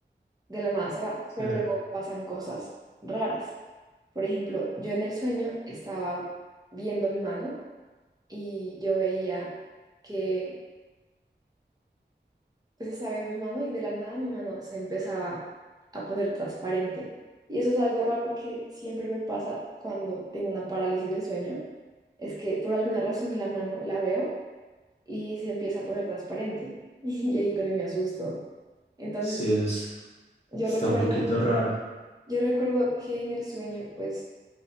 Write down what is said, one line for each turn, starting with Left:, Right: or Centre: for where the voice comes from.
Right: de la nada se va, pero
Left: claro.
Right: luego pasan cosas raras. Por ejemplo, yo en el sueño estaba viendo mi mano y yo veía que pues estaba viendo mi mano y de la nada mi mano se empezaba a poner transparente. Y eso es algo raro que siempre me pasa cuando tengo una parálisis de sueño, es que por alguna razón la mano la veo y se empieza a poner transparente. <laughs> Y ahí también me asusto. Entonces,
Left: Sí, eso es-
Right: yo
Left: está
Right: recuerdo,
Left: un poquito raro.
Right: yo recuerdo que en el sueño, pues,